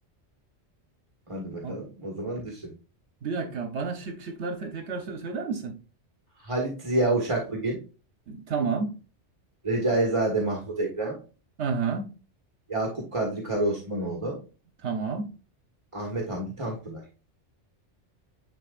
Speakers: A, on the right (about 25°); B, on the right (about 70°).
A: Hadi bakalım.
B: Ha,
A: O zaman düşün.
B: Bir dakika bana şık şıkları te- tekrar sö- söyler misin?
A: Halit Ziya Uşaklıgil,
B: Tamam.
A: Recaizade Mahmut Ekrem,
B: Aha.
A: Yakup Kadri Karaosmanoğlu,
B: Tamam.
A: Ahmet Hamdi Tanpınar.